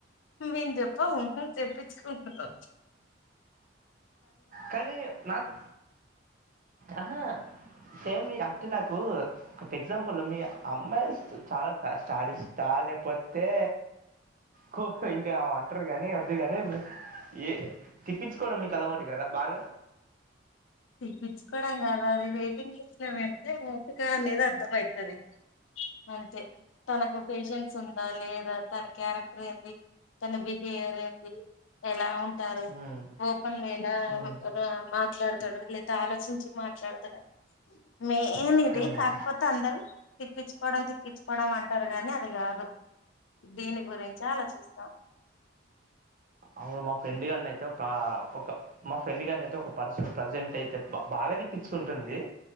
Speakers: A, on the left; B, on the right.
A: మేమ్ జొప్పము హ్మ్ హు చెప్పిచ్చుకుండు
B: కానీ నాక్ ఆహా సేమ్ మీ అంటే నాక్ కు ఒకటి ఎగ్జాంపుల్ మీ అమ్మాయిలు చాలా స్టాడిస్టా లేపోతే
A: బ్లాంక్
B: కో ఇంకా అంటరు గానీ వద్దుగాని ఏ తిప్పిచ్చుకోడం మీకు అలవాటే గదా బాగ
A: తిప్పిచ్చుకోడం కాదు అది వెయిటింగ్ లిస్ట్ లో పెడ్తె ఓపిక అనేది అర్ధమైతది. అంతే తనకు పేషెన్ సుందా లేదా తన క్యారెక్టర్ ఏంది తన బిహేవియర్ ఏంది ఎలా ఉ టారు
B: మ్మ్.
A: కోపంలో ఎలా
B: మ్మ్.
A: రా మాట్లాడు తడు లేదా ఆలోచించి మాట్లాడుతడా మేన్ ఇది
B: మ్మ్.
A: కాకపోతే అందరూ తిప్పిచ్చుకోడం తిప్పిచ్చుకోడం అంటారు గానీ అది గాదు దీని గురించా ఆలోచిస్తా
B: అవును మా ఫ్రెండ్ గాన్ని అయితే ఒక ఒక మా ఫ్రెండ్ గాన్ని అయితే ఒక పర్సన్ ప్రజెంట్ అయితే బ బాగా తిప్పిచ్చుకుంటుంది.